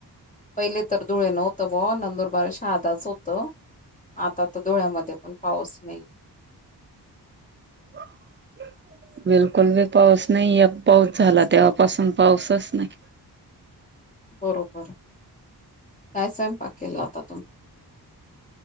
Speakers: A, on the left; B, on the right.
A: पहिले तर धुळे नव्हतं ब नंदुरबार शहादाच होतं आता तर डोळ्यामध्ये पण पाऊस नाहीये
B: ह बिलकुल बी पाऊस नाही एक पाऊस झाला तेव्हापासून पाऊसच नाही
A: बरोबर काय सायम पाक केला आता तुम्ही